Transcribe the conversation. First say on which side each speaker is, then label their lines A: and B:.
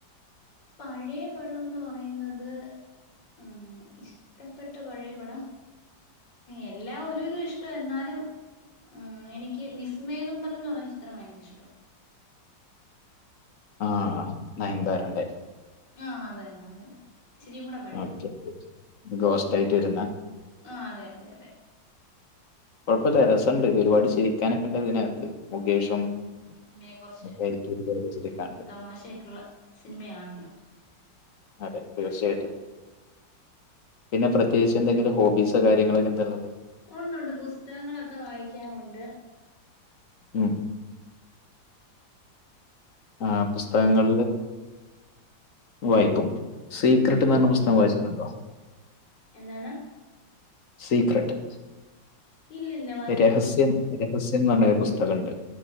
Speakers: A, on the left; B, on the left.
A: പഴയ പടം എന്ന് പറയുന്നത് ഉമ് ഇഷ്ടപ്പെട്ട പഴയ പടം എല്ലാം ഒരുവിധം ഇഷ്ട എന്നാലും ആഹ് എനിക്ക് വിസ്മയ തുമ്പത്ത് എന്ന് പറഞ്ഞ ചിത്രം ഭയങ്കര ഇഷ്ടം
B: ആഹ് നയൻന്താര ന്റെ
A: ആഹ് അത് തന്നെ അത് തന്നെ ചിരിയും കൂടെ പഴയ
B: ഓക്കെ.
A: കൂട
B: ഗോസ്റ്റ് ആയിട്ട് വരുന്ന
A: ആഹ് അതെ അതെ അതെ
B: കുഴപ്പംല്ല രസണ്ട് ഒരുപാട് ഷിരിക്കാനൊക്കെ ഉണ്ടതിനകത്ത് മുകേഷും
A: സിനമയെ കുറച്ച്
B: ഒക്കെ ആയിട്ട് ഒരുപാട് ചിരിക്കാനുണ്ട്
A: തമാശൊക്കെയുള്ള സിനിമയാണല്ലോ
B: അതെ തീർച്ചയായിട്ടും പിന്നെ പ്രത്യേകിച്ച് എന്തെിലുംഹോബീസോ കാര്യങ്ങളൊക്കെ എന്താള്ളത്
A: ഉണ്ട് ഉണ്ട് പുസ്തകങ്ങളൊക്കെ വായിക്കാറുണ്ട്
B: ഉം ആഹ് പുസ്തകങ്ങളില് വായിക്കും സീക്രട്ട്
A: ഉം
B: എന്ന്
A: ഉം
B: പറഞ്ഞ പുസ്തകം
A: അതെ
B: വായിച്ചിട്ടുണ്ടോ
A: അതെ എന്താണ്
B: സീക്രട്ട്
A: ഇല്ല ഇില്ല
B: രഹസ്യം രഹസ്യംന്ന് പറഞ്ഞരു പുസ്തകണ്ട്